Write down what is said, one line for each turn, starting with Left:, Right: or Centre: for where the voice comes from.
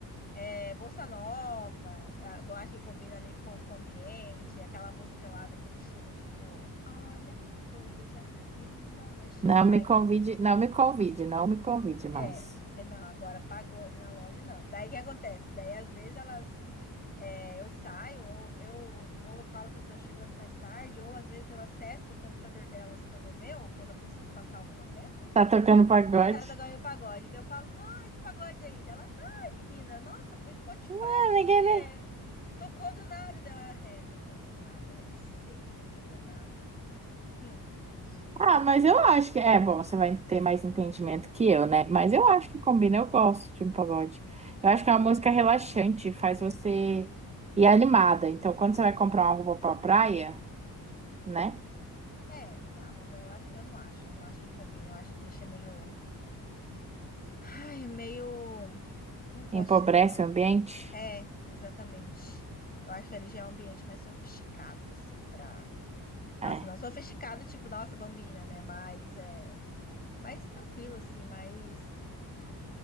Left: é, Bossa Nova, a- eu acho que combina ali com, com o ambiente, aquela música lá daquele estilo, tipo, olha que coisa mais linda, mais cheia.
Right: Não
Left: Aí
Right: me convide, não me convide, não me convide mais.
Left: É, é, não, agora pagode na loja não. Daí o que acontece? Daí às vezes elas, é, eu saio, ou eu, ou eu falo que eu tô chegando mais tarde, ou às vezes eu acesso o computador delas pelo meu, quando eu preciso passar alguma venda.
Right: Tá tocando pagode?
Left: Tá tocando pagode, daí eu falo, não, esse pagode aí. Daí elas, ai menina, nossa, o Spotify
Right: Ah,
Left: aqui
Right: ninguém, né?
Left: é, tocou do nada. Daí eu, "Ah, é, tocou do nada, né? Sei, tocou do nada. Hum, ligeiras.
Right: Ah, mas eu acho que. É, bom, você vai ter mais entendimento que eu, né? Mas eu acho que combina, eu gosto de um pagode. Eu acho que é uma música relaxante, faz você ir animada. Então, quando você vai comprar uma roupa pra praia, né?
Left: É, ah, mas eu, acho- eu não acho, eu não acho que combina, eu acho que deixa meio. Ai, meio. Como posso
Right: Empobrece
Left: dizer?
Right: o ambiente.
Left: É, exatamente. Eu acho que ali já é um ambiente mais sofisticado, assim, pra. Nossa,
Right: É.
Left: não sofisticado, tipo, nossa, Bambina, né? Mas é. Mais tranquilo, assim, mais. Eu